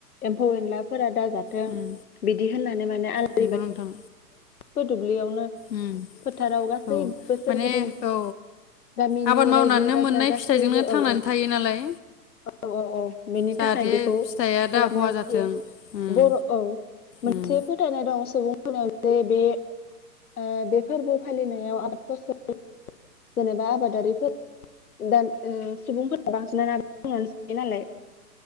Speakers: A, on the left; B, on the left.
A: एम्फौ एनलाफोरा दा जाथों
B: उम
A: बिदि होननानै माने आलारि
B: नंगौ
A: बाथि
B: नोंथां
A: <unintelligible> <unintelligible> दुब्लियावनो
B: उम
A: फोथाराव गासैबो
B: औ
A: सोरगिदिं
B: माने औ
A: गामिनि
B: आबाद मावनानैनो
A: रायजो राजा
B: मोननाय
A: गासैबो
B: फिथाइजोंनो थांनानै
A: औ औ
B: थायो नालाय
A: औ औ औ बिनि
B: जाहाथे
A: बेखौ
B: फिथाइया
A: खालामनाय
B: दा खहा
A: जायो
B: जाथों उम
A: बर' औ मोनसे
B: उम
A: फोथायनाय दं सुबुंफोरनो जे बे ओ बे फोरबो फालिनायाव <inaudible> बोसोर जेनेबा आबादारिफोर गोदान सुबुंफोरानो बांसिनानो <inaudible> थायो नालाय।